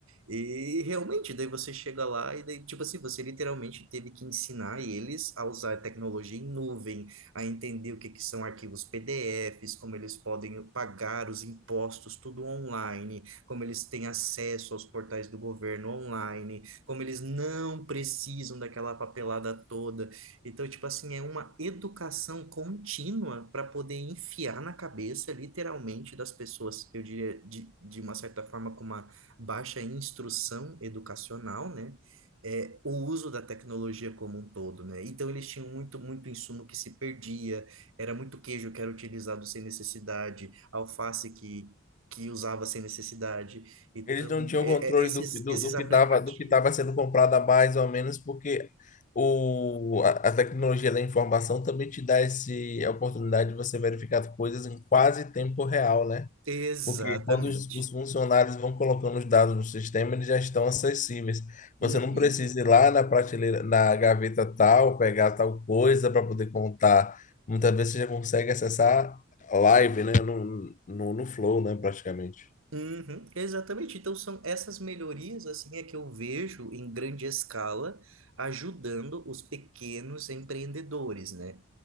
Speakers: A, on the right (about 70°); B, on the left (about 35°).
A: E realmente, daí você chega lá e daí, tipo assim, você literalmente teve que ensinar eles a usar tecnologia em nuvem, a entender o que que são arquivos PDFs, como eles podem pagar os impostos, tudo online, como eles têm acesso aos portais do governo online como eles não precisam daquela papelada toda. Então, tipo assim, é uma educação contínua para poder enfiar na cabeça, literalmente, das pessoas, eu diria, de, de uma certa forma, com uma baixa instrução educacional, né? é, o uso da tecnologia como um todo, né? Então eles tinham muito, muito insumo que se perdia, era muito queijo que era utilizado sem necessidade, alface que, que usava sem necessidade. Então,
B: Eles não tinham
A: é-
B: controle
A: é- esses,
B: do, do,
A: esses
B: do
A: aplicativos.
B: que estava do que estava sendo comprado a mais ou menos, porque o, a, a tecnologia da informação também te dá esse, a oportunidade de você verificar coisas em quase tempo real, né?
A: Exatamente.
B: Porque quando os, os funcionários vão colocando os dados no sistema, eles já estão acessíveis.
A: Uhum,
B: Você não precisa ir lá na prateleira, na gaveta tal, pegar tal coisa para poder contar. Muitas vezes você já consegue acessar live, né? No, no, no Flow, né? Praticamente.
A: uhum, exatamente. Então são essas melhorias assim é que eu vejo em grande escala ajudando os pequenos empreendedores, né?